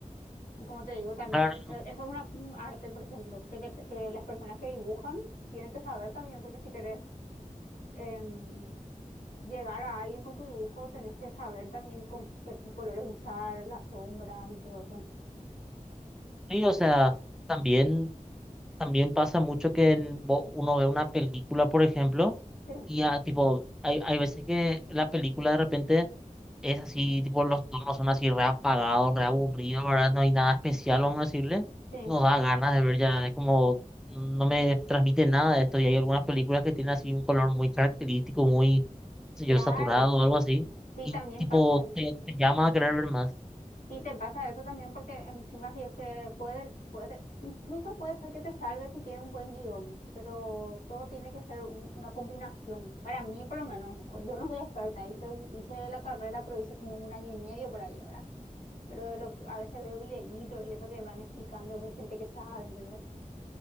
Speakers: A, on the left; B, in the centre.
A: Y como te digo, también
B: Claro,
A: el- eh, eso es una, un arte, por ejemplo, que, te- que las personas que dibujan tienen que saber también, porque si querés em, llegar a alguien con tu dibujo, tenés que saber también con qué colores usar, las sombras y todo eso.
B: sí, o sea, también, también pasa mucho que en- vo- uno ve una película, por ejemplo,
A: Sí,
B: Y ya, tipo, hay, hay veces que la película de repente es así, tipo, los tonos son así re apagados, re aburridos, ¿verdad? No hay nada especial, vamos a decirle.
A: sí,
B: Nos da ganas de ver ya, es como, no me transmite nada de esto. Y hay algunas películas que tienen así un color muy característico, muy, qué sé
A: claro.
B: yo, saturado o algo así.
A: Y
B: Y
A: también
B: tipo,
A: pasa eso.
B: te, te llama a querer ver más.
A: Y te pasa eso también porque encima si es que puede, puede, incluso puede ser que te salve si tiene un buen guión, pero todo tiene que ser un- una combinación. Para mí, por lo menos, yo no soy experta, hice, un- hice la carrera, pero hice como un año y medio por ahí ahora. Pero de lo, a veces veo videitos y eso que van explicando de gente que sabe, ¿entendés?